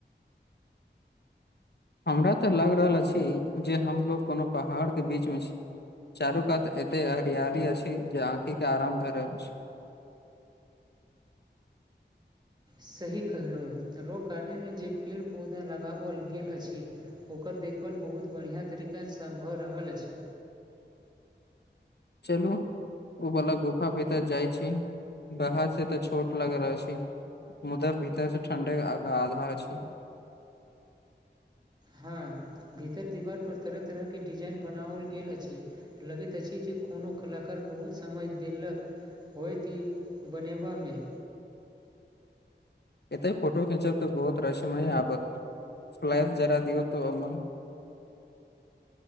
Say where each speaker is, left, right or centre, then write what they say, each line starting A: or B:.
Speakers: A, on the left; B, on the right.
A: हमरा तऽ लागि रहल अछि जे हमलोग कोनो पहाड़ के बीच में छी चारू कात एते हरियाली अछि जे आँखिक के आराम भए रहल अछि
B: सही कहलहु रॉक गार्डेन मे जे पेड़ पौधा लगाओल गेल अछि ओकर देखभाल बहुत बढ़िआँ तरीकासँ भऽ रहल अछि
A: चलू ओ बला गुफा भितर जाइ छै बाहर से तऽ छोट लाग रहल छी मुदा भीतर से ठण्डे आधार छै
B: हँ भीतर दीवार पर तरह तरह के डिजाइन बनाओल गेल अछि लगैत अछि जे कोनो कलाकार बहुत समय देलक होत ई बनेबामे
A: एते फोटो खिंचब तऽ बहुत रसमय आबत फ्लैश जरा दियऔ तऽ ओन